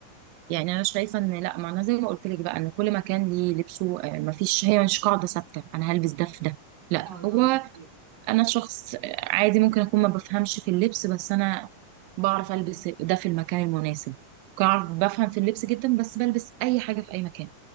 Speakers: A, on the right; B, on the right.
A: يعني انا شايفه ان لا ما انا زي ما قلت لك بقى ان كل مكان ليه لبسه آه، ما فيش هي مش قاعده ثابته انا هلبس ده في ده لا
B: اه
A: هو
B: اه ده حقيقة
A: انا شخص آه، عادي ممكن اكون ما بفهمش في اللبس بس انا بعرف البس ده في المكان المناسب بعرف بفهم في اللبس جدا بس بلبس اي حاجه في اي مكان